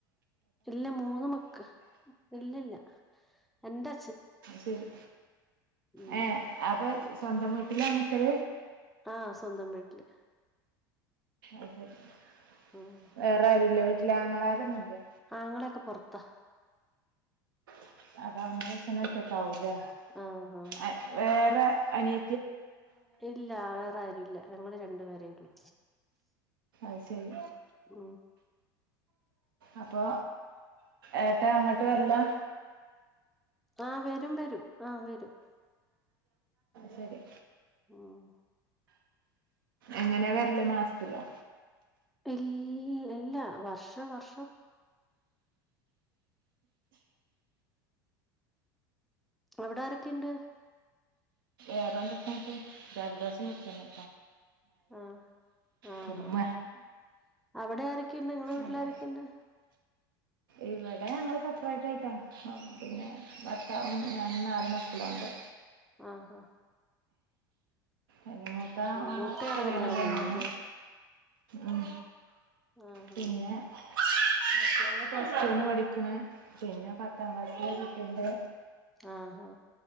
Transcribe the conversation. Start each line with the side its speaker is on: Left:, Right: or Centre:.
Centre: ഇല്ല മൂന്ന് മക്കൾ ഇല്ല ഇല്ല എന്താ
Right: ശെരി
Centre: ഉം
Right: ഏ അപ്പൊ സ്വന്തംവീ ഇല്ലാ നമുക്ക്
Centre: ആ സ്വന്തം വീട്ടില്
Right: അക്ക <unintelligible>
Centre: ആഹ്
Right: വേറാരുല്ലെ വീ അല്ലാ ആങ്ങളാരൊന്നുംല്ലേ
Centre: ആങ്ങളൊക്കെ പൊറത്താ
Right: <unintelligible> ക്കാവൂലേ
Centre: ആഹ് ആഹ്
Right: അ വേറെ അനിയ
Centre: ഇല്ല വേറാരുല്ല ഞങ്ങള് രണ്ട്പേര് പേരേ ഉള്ളൂ
Right: ഐശെരി
Centre: ഓ
Right: അപ്പൊ ഏട്ടാ അങ്ങട്ട് വര്ല്ലാ
Centre: ആ വരും വരും ആ വരും
Right: ശെരി
Centre: ഉംഹ്
Right: എങ്ങനാ വര്ല് മാസത്തിലോ
Centre: ഇൽ ഇല്ല വർഷം വർഷം അവിടെ ആരക്കെണ്ട്
Right: ഏതാണ്ടൊക്കായിട്ട് ജൽദോഷം പിടിച്ച്ണ്
Centre: ആ ആ
Right: തുമ്മ
Centre: ആ അവിടെ ആരൊക്കെണ്ട് ഇങ്ങളെ വീട്ടിലാരൊക്കെണ്ട്
Right: അതെ ഇവിടെ ഞങ്ങള് സപ്രേറ്റായിട്ടാ പിന്നെ ഭർത്താവും ഞാനും നാല് മക്കളുണ്ട്
Centre: ആഹ ഹാ
Right: അയ്ന് മൂത്ത ആളെ
Centre: മൂത്തയാളെ
Right: കല്യാണം കഴിഞ്ഞണ്ണ്.
Centre: കഴിഞ്ഞുല്ലേ
Right: ഉം
Centre: ആഹ്
Right: പിന്നെ
Centre: ആഹ്
Right: <inaudible> പ്ലസ് ടൂ ന് പഠിക്ക്ണ്. പിന്നെ പത്താം ക്ലാസിൽ ഒരു ട്ടിണ്ട്
Centre: ആ ഹാ